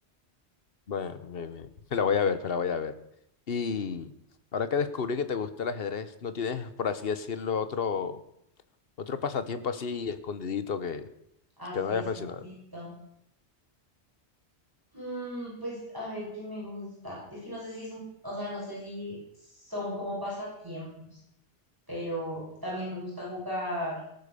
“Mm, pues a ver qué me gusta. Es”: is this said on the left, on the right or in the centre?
Right